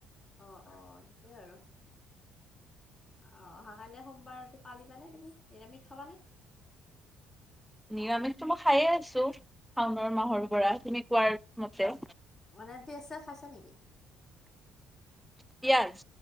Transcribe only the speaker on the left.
অ অ ঠিকে আৰু। অ অহা কাইলে সোমবাৰটো পালিবানে তুমি নিৰামিখ খাবানে?
মানে পিয়াজ চিয়াজ খাইছা নেকি?